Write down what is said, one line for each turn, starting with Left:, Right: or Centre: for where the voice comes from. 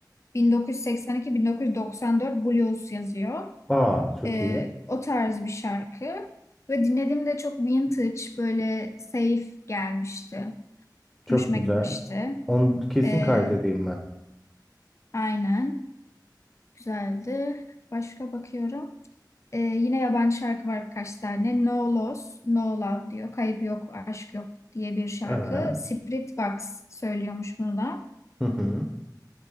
Left: 1982-1994 Blues yazıyor.
Centre: Aa, çok
Left: Ee,
Centre: iyi.
Left: o tarz bir şarkı. Ve dinlediğimde çok vintage, böyle safe gelmişti.
Centre: Çok
Left: Hoşuma
Centre: güzel.
Left: gitmişti.
Centre: Onu kesin
Left: Ee,
Centre: kaydedeyim ben.
Left: aynen. Güzeldi. Başka bakıyorum. Ee, yine yabancı şarkı var birkaç tane. No Loss, No Love diyor. Kayıp yok, aşk yok diye bir şarkı.
Centre: Evet.
Left: Spiritbox söylüyormuş bunu da.
Centre: Hı hı.